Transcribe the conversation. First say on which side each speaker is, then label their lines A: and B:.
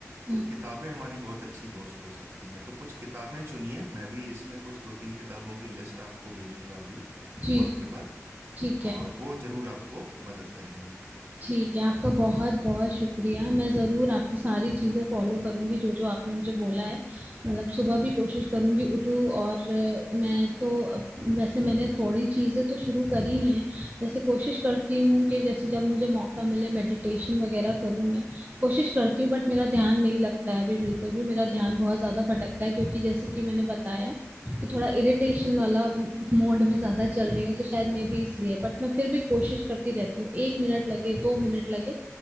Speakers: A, on the right; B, on the right.
A: तो
B: हम्म,
A: किताबें हमारी बहुत अच्छी दोस्त हो सकती हैं तो कुछ किताबें चुनिए मैं भी इसमें कुछ दो तीन किताबों की लिस्ट आपको भेजूंगा अभी
B: जी
A: कॉल
B: जी,
A: के बाद
B: ठीक है
A: और वो जरूर आपको मदद करेंगी
B: ठीक है आपका बहुत बहुत शुक्रिया मैं ज़रूर आपकी सारी चीज़ें फॉलो करूंगी जो जो आपने मुझे बोला है मतलब सुबह भी कोशिश करूंगी उठूँ और अ, मैं तो अब- वैसे मैंने थोड़ी चीज़ें तो शुरू करी हैं जैसे कोशिश करती हूँ कि जैसे जब मुझे मौका मिले मेडिटेशन वगैरह करूँ मैं कोशिश करती हूँ बट मेरा ध्यान नहीं लगता है अभी बिल्कुल भी मेरा ध्यान बहुत ज़्यादा भटकता है क्योंकि जैसे कि मैंने बताया कि थोड़ा इरिटेशन वाला मोड में ज्यादा चल रही हूँ तो शायद मे बी इसलिए बट मैं फिर भी कोशिश करती रहती हूँ एक मिनट लगे दो मिनट लगे